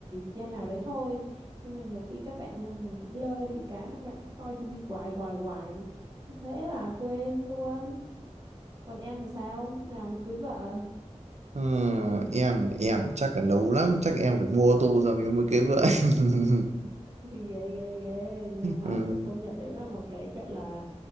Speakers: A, on the right; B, on the right.
A: gian nào đấy thôi nhưng mà nhiều khi các bạn ờ, mình cũng lơ đi cái là các bạn cứ coi tivi hoài hoài hoài thế là quên luôn còn em thì sao lúc nào mới cưới vợ
B: ờ, em em chắc là lâu lắm, chắc em phải mua ô tô xong rồi mới cưới vợ. <laughs>
A: <laughs> ghê ghê ghê nhưng mà
B: Ừ.
A: phải công nhận đấy là một cái gọi là